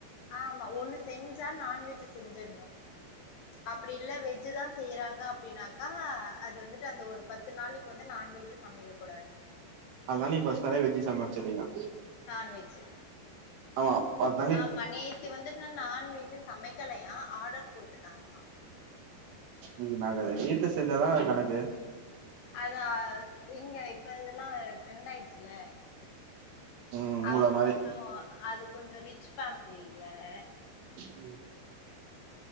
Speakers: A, on the left; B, on the right.
A: ஆமா ஒண்ணு செஞ்சா நான்வெஜ் செஞ்சிட்ணு அப்டி இல்ல வெஜ் வெஜ் தா செய்யறாங்க அப்டின்னாக்கா அது வந்துட்டு அந்த ஒரு பத்து நாளைக்கு வந்து நான்வெஜ் சமைக்க கூடாது
B: அதனால நீங்க ஃபஸ்ட் நாளே வெஜ் சமச்சுறீங்க
A: நான்வெஜ்ஜூ
B: ஆமா பத்
A: ஆமா நேத்து வந்துட்டு நா நான்வெஜ் சமைக்கலையா ஆடர் குடுத்துட்டாங்ளா <inaudible>
B: இது நாங்க வீட்ல செஞ்சாதா அது கணக்கு
A: அதா அஹ இங்க இப்ப இதெல்லா ட்ரெண்டா ஆயிடுச்சுல
B: ம் உங்கள
A: அவுங்க
B: மாரி
A: கொஞ்சோ அது கொஞ்சோ ரிச் ஃபேமிலி வேற
B: ம்